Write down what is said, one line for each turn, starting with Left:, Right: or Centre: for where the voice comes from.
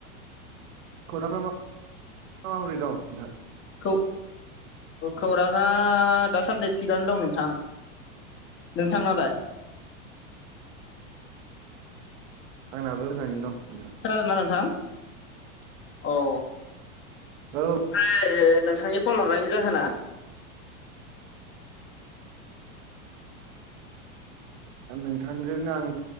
Right: खौरांआ मा-माबोरै दं नोंथां?
Left: खौ-खौराङा दा सानदि थिगानो दं नोंथां। नोंथांनालाय?
Right: आंनाबो मोजाङैनो दं नोंथां।
Left: खोनादोंना नोंथां औ।
Right: औ
Left: ओमफ्राय नोंथांनि फन हरनायनि जाहोना?
Right: नोंथांजों आं